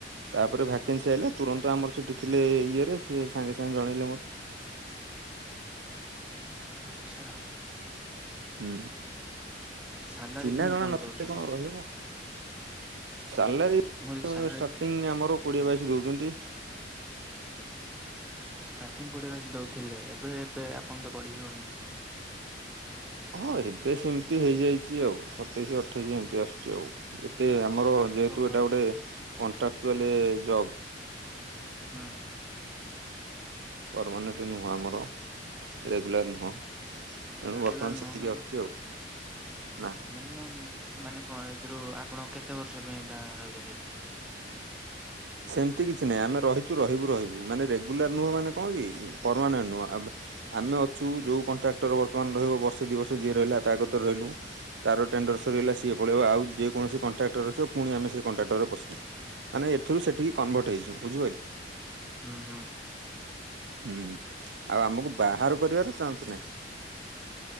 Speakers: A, on the right (about 85°); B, in the centre.
A: ତାପରେ
B: ହୁଁ
A: ଭାକେନ୍ସି ଆଇଲା। ତୁରନ୍ତ ଆମର ସେଠି ଥିଲେ ଇଏ ରେ ସିଏ ସାଙ୍ଗେ ସାଙ୍ଗେ ଜଣେଇଲେ ମତେ।
B: ଆଚ୍ଛା।
A: ହୁଁ
B: ସାଲାରୀ
A: ଚିହ୍ନା
B: କେମିତି
A: ଜଣା ନଥିଲେ
B: ଦଉଛନ୍ତି?
A: କଣ ରହିହବ? ସାଲେରୀ
B: ମୁଁ କହିଲି
A: ତ
B: ସାଲାରୀ
A: ଷ୍ଟାର୍ଟିଂ ଆମର କୋଡିଏ ବାଇଶ ଦଉଛନ୍ତି।
B: ଷ୍ଟାର୍ଟିଂ କୋଡ଼ିଏ ବାଇଶି ଦଉଥିଲେ ଏବେ ଏବେ ଆପଣ ତ ବଢ଼ି ଜିବଣି?
A: ହଁ ଏବେ ସେମିତି ହେଇଯାଇଛି ଆଉ ସତେଇଶ ଅଠେଇଶି ଏମିତି ଆସୁଛି ଆଉ। ଏତେ
B: ଆଚ୍ଛା
A: ଆମର ଯେହେତୁ
B: ତ ଭଲ
A: ଏଇଟା ଗୋଟେ କଣ୍ଟ୍ରାକ୍ଚୁଆଲ ଜବ୍।
B: ହୁଁ।
A: ପରମାନେେଣ୍ଟ ନୁହଁ ଆମର, ରେଗୁଲାର ନୁହଁ ତେଣୁ
B: ରେଗୁଲାର
A: ବର୍ତ୍ତମାନ
B: ନୁହ
A: ସେତିକି
B: ମାନେ
A: ଆସୁଛି ଆଉ। ନାଁ।
B: ମାନେ ମାନେ କ'ଣ ଏଥିରୁ ଆପଣ କେତେ ବର୍ଷ ପାଇଁ ଏଟା ରହିପାରିବେ?
A: ସେମିତି କିଛି ନାହିଁ ଆମେ ରହିଛୁ ରହିବୁ ରହିବୁ। ମାନେ ରେଗୁଲାର ନୁହଁ ମାନେ କ'ଣ କି? ପରମାନେଣ୍ଟ ନୁହଁ। ଆମେ ଅଛୁ ଯୋଉ କଣ୍ଟ୍ରାକ୍ଟର ବର୍ତ୍ତମାନ ରହିବ ବର୍ଷେ ଦୁଇ ବର୍ଷ ଯିଏ ରହିଲା ତା କତରେ ରହିଲୁ। ତାର ଟେଣ୍ଡର
B: ହୁଁ
A: ସରିଗଲା ସିଏ ପଳେଇବ ଆଉ ଯେ କୌଣସି କଣ୍ଟ୍ରାକ୍ଟର ରସିବ ପୁଣି ଆମେ ସେ କଣ୍ଟ୍ରାଟରେ ପସିମୁ। ମାନେ ଏଥିରୁ ସେଠିକି କନଭର୍ଟ ହେଇଜିମୁ ବୁଝିପାଇଲ?
B: ହୁଁ ହୁଁ।
A: ହୁଁ ଆଉ ଆମକୁ ବାହାର କରିବାର ଚାନ୍ସ ନାହିଁ।